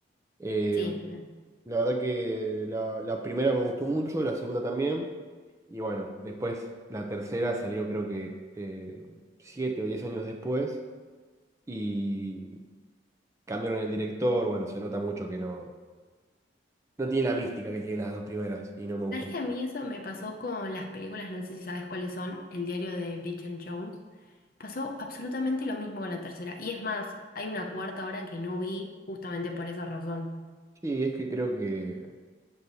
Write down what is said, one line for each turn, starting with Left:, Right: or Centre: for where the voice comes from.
Right: Eh,
Left: Sí. me-
Right: la verdad que la, la primera me gustó mucho, la segunda también. Y bueno, después la tercera salió creo que eh, siete o diez años después. y Cambiaron el director, bueno, se nota mucho que no, no tiene la mística que tienen las dos primeras y no me gustó
Left: ¿Sabes que
Right: mucho.
Left: a mí eso me pasó con las películas? No sé si sabes cuáles son. El diario de Bridget Jones. Pasó absolutamente lo mismo con la tercera. Y es más, hay una cuarta ahora que no vi justamente por esa razón.
Right: Sí, es que creo que